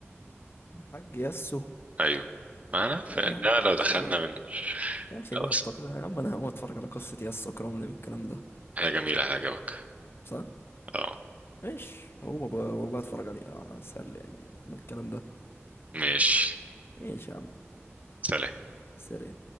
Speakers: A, on the left; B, on the right.
A: حاج ياسو
B: ايوه معنا فده
A: يا
B: لو دخلنا
A: اخي بقى
B: من
A: يا اخي
B: لو
A: بقى التقرير
B: س-
A: يا عم انا هقوم اتفرج على قصة ياسو اكرم لي من الكلام ده
B: حاجة جميلة هتعجبك
A: صح؟
B: اه
A: ماشي هو بقى والله اتفرج عليها اسهل يعني من الكلام ده
B: ماشي
A: ايش يا عم
B: سلام
A: سريع